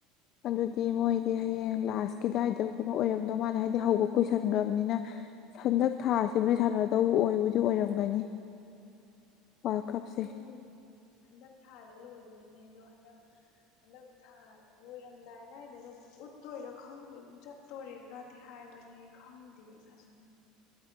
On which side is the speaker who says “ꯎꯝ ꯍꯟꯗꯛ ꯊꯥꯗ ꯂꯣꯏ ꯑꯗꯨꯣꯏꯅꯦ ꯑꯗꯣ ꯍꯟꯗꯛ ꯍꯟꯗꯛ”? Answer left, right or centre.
Left